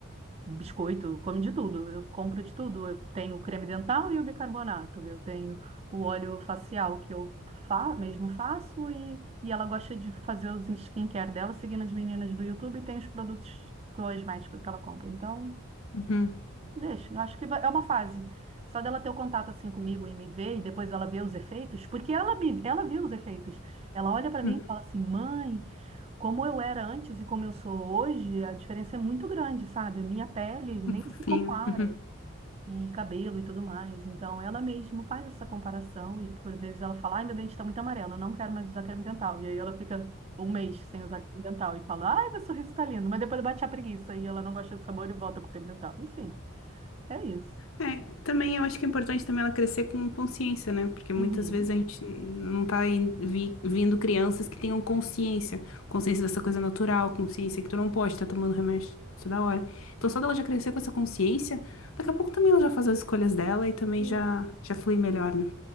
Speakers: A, on the right; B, on the left.
A: um Biscoito, come de tudo. Eu compro de tudo. Eu tenho o creme dental e o bicarbonato. Eu tenho o óleo facial que eu fa mesmo faço e, e ela gosta de fazer os skincare dela, seguindo as meninas do YouTube e tem os produtos cosméticos que ela compra. Então,
B: uhum,
A: deixa. Eu acho que vai- é uma fase. Só dela ter o contato assim comigo e me ver e depois ela ver os efeitos, porque ela, me- ela viu os efeitos. Ela olha para mim
B: uhum.
A: e fala assim, mãe. Como eu era antes e como eu sou hoje, a diferença é muito grande, sabe? A Minha pele nem
B: Um fofinho.
A: se compara,
B: Uhum.
A: e cabelo e tudo mais. Então, ela mesma faz essa comparação e, por vezes, ela fala: Ai, meu dente está muito amarelo, eu não quero mais usar creme dental. E aí ela fica um mês sem usar creme dental e fala: Ai, meu sorriso está lindo. Mas depois bate a preguiça e ela não gosta do sabor e volta pro creme dental. Enfim, é isso.
B: É, também eu acho que é importante também ela crescer com consciência, né? Porque muitas
A: Uhum.
B: vezes a gente não tá in- vi- vindo crianças que tenham consciência, consciência dessa coisa natural, consciência que tu não pode estar tomando remédio toda hora. Então só dela já crescer com essa consciência, daqui a pouco também ela já faz as escolhas dela e também
A: Isso.
B: já já flui melhor, né?